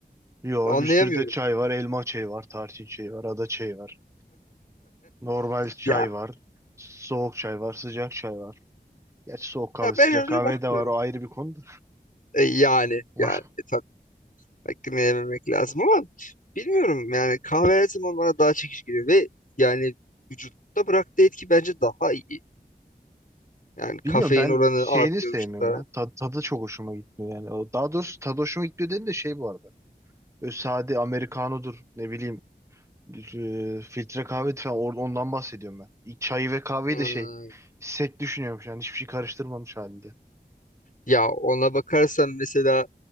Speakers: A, on the right; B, on the left.
A: Yo
B: anlayamıyorum.
A: bir sürü de çay var. Elma çayı var, tarçın çayı var, ada çayı var. Normal çay
B: Ya,
A: var. Soğuk çay var, sıcak çay var. Gerçi soğuk kahve,
B: ya
A: sıcak
B: ben öyle
A: kahve
B: bakmıyorum.
A: de var o ayrı bir konu da.
B: E, yani
A: <laughs>
B: yani e, tabii. Beklememek lazım ama bilmiyorum yani kahve her zaman bana daha çekici geliyor ve yani vücutta bıraktığı etki bence daha iyi. Yani kafein
A: Bilmiyorum ben
B: oranı
A: şeyini
B: artıyor
A: sevmiyorum
B: vücutta.
A: ya. Tad- tadı çok hoşuma gitmiyor yani. O, daha doğrusu tadı hoşuma gitmiyor dedim de şey bu arada. Böyle sade Amerikanodur ne bileyim e, filtre kahve falan or- ondan bahsediyorum ben. İ- Çayı ve kahveyi
B: Hmm.
A: de şey sek düşünüyormuş yani hiçbir şey karıştırmamış halinde.
B: Ya ona bakarsan mesela